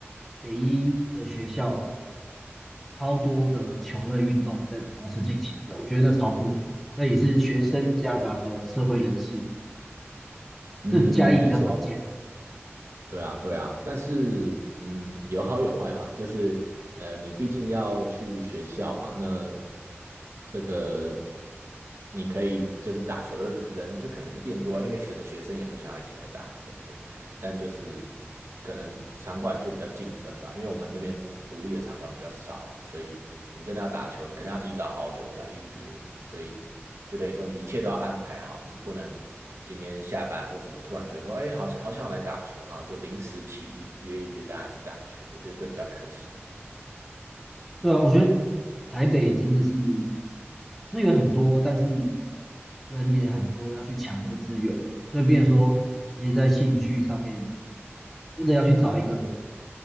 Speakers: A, in the centre; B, on the right.
A: 北一的学校超多的球类运动在同时进行着，我觉得那超酷的，那也是学生夹杂着社会人士，
B: <laughs> 嗯，
A: 是嘉义比较少见的。
B: 没错。对啊，对啊，但是嗯，有好有坏吧。就是呃，你毕竟要去学校嘛，那这个你可以就是打球的人就可能变多啊，因为可能学生也会想要一起来打什么的。但就是可能场馆就比较竞争吧，因为我们那边独立的场馆比较少啊，所以你真的要打球，你可能要提早好久来预约，所以就等于说你一切都要安排好，你不能今天下班或什么突然觉得说，哎，好想好想来打球，然后就临时起意约一约大家去打球，我觉得这比较可惜一点点。
A: 对啊，我觉得台北真的是资源很多，但是人也很多，要去抢这个资源，所以变成说，其实在兴趣上面，真的要去找一个